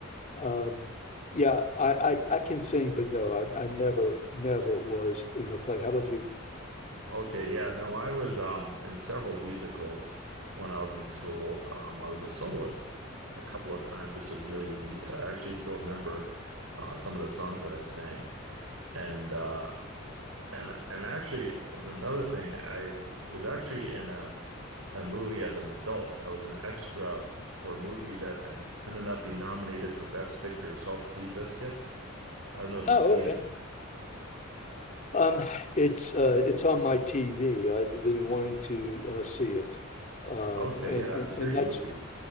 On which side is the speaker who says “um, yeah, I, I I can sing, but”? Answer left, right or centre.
Left